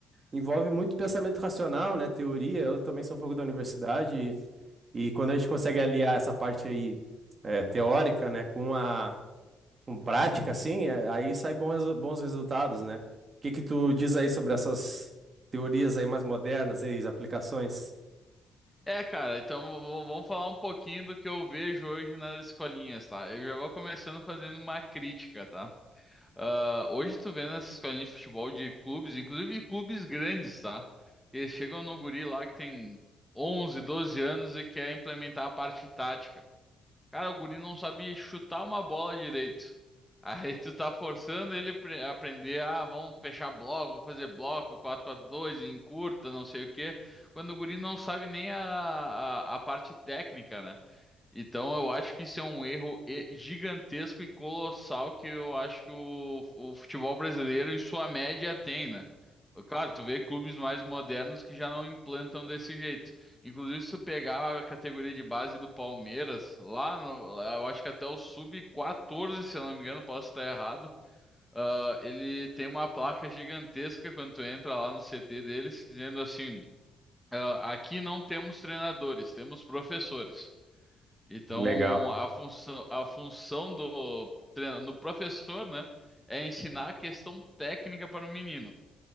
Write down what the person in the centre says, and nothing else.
É, cara, então v- v- vamos falar um pouquinho do que eu vejo hoje nas escolinhas, tá? Eu já vou começando fazendo uma crítica, tá? Ah, hoje tu vê nas escolinhas de futebol de clubes, inclusive de clubes grandes, tá? Eles chegam no guri lá que tem 11, 12 anos e quer implementar a parte tática. Cara, o guri não sabe chutar uma bola direito. Aí tu tá forçando ele pre- a aprender, ah, vamos fechar bloco, vou fazer bloco, 4-4-2, encurta, não sei o quê. Quando o guri não sabe nem a, a, a parte técnica, né? Então eu acho que isso é um erro e- gigantesco e colossal que eu acho que o, o futebol brasileiro, em sua média, tem, né? Claro, tu vê clubes mais modernos que já não implantam desse jeito. Inclusive, se tu pegar a categoria de base do Palmeiras, lá, no- lá eu acho que até o sub-14, se eu não me engano, posso estar errado, ah, ele tem uma placa gigantesca quando tu entra lá no CT deles, dizendo assim, ah, aqui não temos treinadores, temos professores. Então,
a função, a função do, treina- do professor, né, é ensinar a questão técnica para o menino.